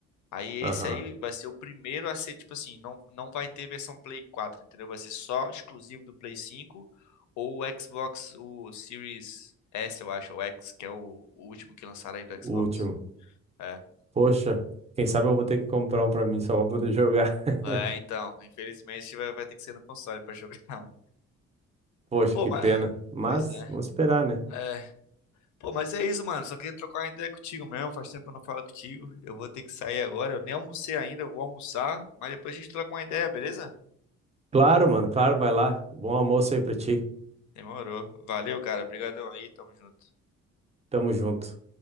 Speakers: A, on the left (about 75°); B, on the right (about 20°).
A: Aí esse
B: aham.
A: aí vai ser o primeiro a ser, tipo assim, não, não vai ter versão Play 4, entendeu? Vai ser só exclusivo do Play 5 ou o Xbox, o Series S, eu acho, ou X, que é o, o último que lançaram aí do
B: O
A: Xbox.
B: Último.
A: É.
B: Poxa, quem sabe eu vou ter que comprar um pra mim só pra poder jogar. <laughs>
A: É, então, infelizmente vai, vai ter que ser no console pra jogar, <laughs> mano.
B: Poxa,
A: Pô,
B: que
A: mas...
B: pena. Mas
A: Pois é.
B: vamos esperar, né?
A: É. Pô, mas é isso, mano. Só queria trocar uma ideia contigo mesmo. Faz tempo que eu não falo contigo. Eu vou ter que sair agora. Eu nem almocei ainda, eu vou almoçar. Mas depois a gente troca uma ideia, beleza?
B: Claro, mano, claro, vai lá. Bom almoço aí pra ti.
A: Demorou. Valeu, cara. Obrigadão aí. Tamo junto.
B: Tamo junto.